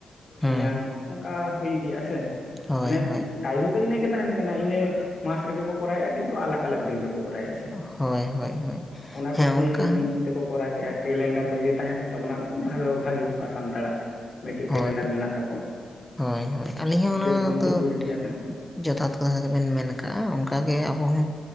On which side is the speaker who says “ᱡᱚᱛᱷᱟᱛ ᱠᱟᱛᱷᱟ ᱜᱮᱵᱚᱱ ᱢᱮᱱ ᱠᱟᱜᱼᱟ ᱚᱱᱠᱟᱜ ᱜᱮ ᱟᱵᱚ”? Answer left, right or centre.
Centre